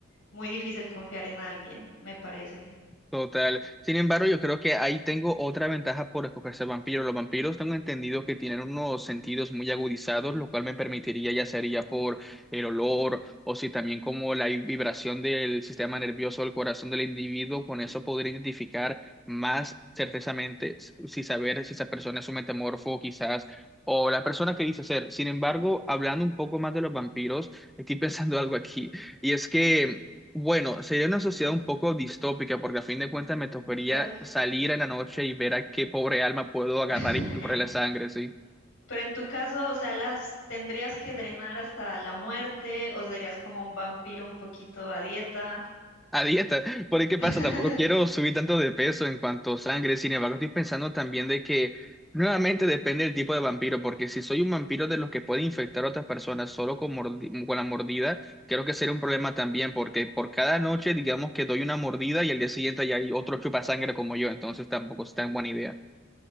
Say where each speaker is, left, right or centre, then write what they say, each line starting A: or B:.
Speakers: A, on the left; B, in the centre.
A: Muy difícil confiar en alguien, me parece.
B: Total. Sin embargo, yo creo que ahí tengo otra ventaja por escogerse vampiro. Los vampiros tengo entendido que tienen unos sentidos muy agudizados, lo cual me permitiría, ya sería por el olor o si también como la vibración del sistema nervioso del corazón del individuo, con eso podría identificar más certezamente s- si saber si esa persona es un metamorfo quizás o la persona que dice ser. Sin embargo, hablando un poco más de los vampiros, estoy <laughs> pensando algo aquí y es que bueno, sería una sociedad un poco distópica porque a fin de cuentas me tocaría
A: Claro.
B: salir en la noche y ver a qué pobre alma puedo agarrar
A: <laughs>
B: y chuparle la sangre, sí.
A: Pero en tu caso, o sea, las tendrías que drenar hasta la muerte o serías como un vampiro un poquito a dieta.
B: A dieta, <laughs> por ahí qué
A: <laughs>
B: pasa, tampoco quiero subir tanto de peso en cuanto a sangre, sin embargo estoy pensando también de que nuevamente depende del tipo de vampiro, porque si soy un vampiro de los que puede infectar a otras personas solo con, mordi- con la mordida, creo que sería un problema también, porque por cada noche digamos que doy una mordida y al día siguiente ya hay otro chupa sangre como yo, entonces tampoco es tan buena idea.